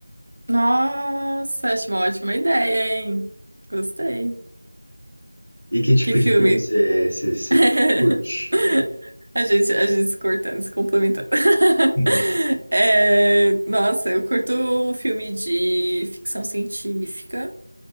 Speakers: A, on the right (about 60°); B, on the left (about 70°).
A: Nossa, acho uma ótima ideia, hein? Gostei.
B: E que tipo
A: Que filme?
B: de filme você você- você
A: <laughs>
B: curte?
A: A gente, a gente se cortando, se complementando. <laughs>
B: <laughs>
A: É, nossa, eu curto filme de ficção científica.